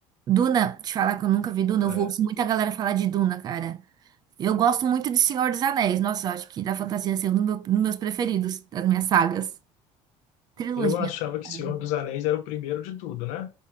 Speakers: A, on the right; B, on the left.
A: Duna, te falar que eu nunca vi Duna, eu
B: É.
A: ouço muita galera falar de Duna, cara. Eu gosto muito de Senhor dos Anéis, nossa, eu acho que da fantasia assim, é um do meu- dos meus preferidos, das minhas sagas. Trilogia.
B: Eu achava
A: né,
B: que Senhor
A: no caso.
B: dos Anéis era o primeiro de tudo, né?